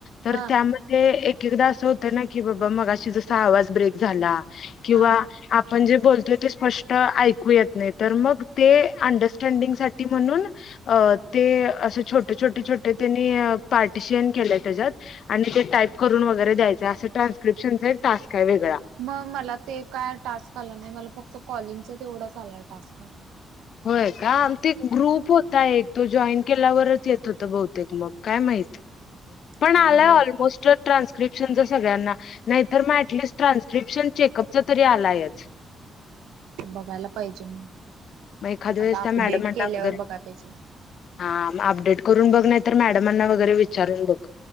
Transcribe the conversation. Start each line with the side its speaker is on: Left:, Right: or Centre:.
Left: तर
Right: हा
Left: त्यामध्ये एक एकदा असं होतं ना की बाबा मगाशी जसा आवाज ब्रेक झाला किंवा
Right: हा
Left: आपण म्हणजे बोलतोय ते स्पष्ट ऐकू येत नाही तर मग ते अंडरस्टँडिंगसाठी म्हणून अ ते असं छोटे, छोटे, छोटे त्यांनी पार्टिशिन केलय त्याच्यात, आणि टाइप करून वगैरे द्यायचय, असं ट्रान्सलेशन एक टास्क आहे वेगळा.
Right: मग मला ते काय टास्क आलं नाही मला फक्त कॉलिंगचा तेवढंच आलाय टास्क
Left: होय का ते एक ग्रुप होता एक तो जॉईन केल्यावरच येत होत बहुतेक, मग काय माहित पण
Right: मी
Left: आलाय ऑलमोस्ट ट्रान्क्रिप्शन सगळ्यांना नाहीतर मग ऍटलिस्ट ट्रान्स्क्रिप्शन चेकअप तरी आलायच. <inaudible>
Right: बघायला पाहिजे मग
Left: मग एखाद वेळेस
Right: आता अपडेट
Left: त्या मॅडमांना
Right: केल्यावर
Left: वगैरे,
Right: बघाय पाहिजे.
Left: हां अपडेट करून बघ नाही तर मॅडमांना वगैरे विचारून बघ